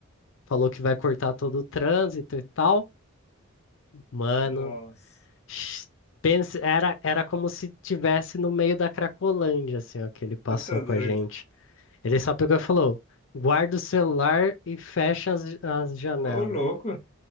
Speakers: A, on the left (about 55°); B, on the left (about 30°).
A: Falou que vai cortar todo o trânsito e tal. Mano,
B: Nossa.
A: sh- pense, era, era como se tivesse no meio da Cracolândia, assim, ó, que ele passou
B: Você tá
A: com
B: doido.
A: a gente. Ele só pegou e falou: guarda o celular e fecha as, as janelas.
B: Ô, louco.